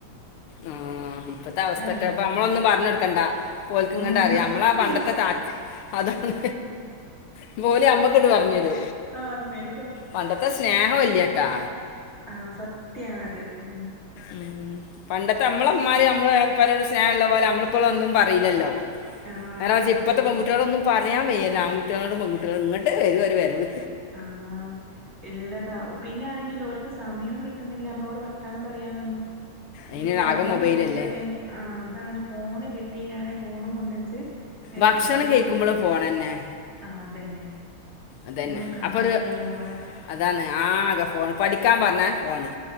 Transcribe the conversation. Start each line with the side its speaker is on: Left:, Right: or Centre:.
Left: ആ ഇപ്പത്തെ അവസ്ഥൊക്കെപ്പ
Right: കാര്യവും
Left: നമ്മളൊന്നും
Right: അറിയാ
Left: പറഞ്ഞ കൊടുക്കണ്ടാ ഓലക്ക്
Right: നമ്മളൊന്നും
Left: ഇങ്ങട്ട് അറിയാം നമ്മള പണ്ടത്തെ <unintelligible> അതാണ് ഇപ്പ ഓല് ഞമ്മക് ഇട്ട് പറഞ്ഞരു
Right: പറഞ്ഞേരും
Left: പണ്ടത്തെ സ്നേഹം ഇല്ലട്ടാ
Right: ആസത്യണത് ഉ
Left: ഉം പണ്ടത്തെ നമ്മളുമ്മാര് നമ്മള് പല ഒരു സ്നേഹം ഉള്ള പോലെ നമ്മളിപ്പോഴും ഒന്നും പറയില്ലല്ലോ
Right: ആഹ്
Left: നേരെ മറിച്
Right: അതന്നെ
Left: ഇപ്പത്തെ പെൺകുട്ടികളൊടോന്നും പറയാൻ വയ്യല്ല ആൺകട്ടികളോടും പെകുട്ടികളോടും ഇങ്ങോട്ട് വരുംരു വരവ്
Right: ആഹ ഇള്ളതാവും പിന്നെ ആണെങ്കിൽ ഓര്ക് സമയവും കിട്ടുന്നില്ല നമ്മളോട് വർത്താനം പറയാനൊന്നും
Left: അയിന്
Right: ഈ ഫോണ്
Left: ആകെ മൊബൈലല്ലേ
Right: കയ്യിലുള്ളെ ആ അതാണ് ഫോണ് കിട്ടിയണെ ഫോണും കൊണ്ട് ച്ച്
Left: ഭക്ഷണം
Right: ഇത്
Left: കഴിക്കുമ്പളും
Right: അങ്ങനെ
Left: ഫോണെന്നെ
Right: ആ അതന്നെ
Left: അതന്നെ
Right: ഇങ്ങനെയൊക്കെ
Left: അപ്പൊ
Right: ആയാലെന്താവും
Left: ര് അതാണ് ആകെ ഫോണ് പഠിക്കാൻ പർഞ്ഞാ ഫോണ്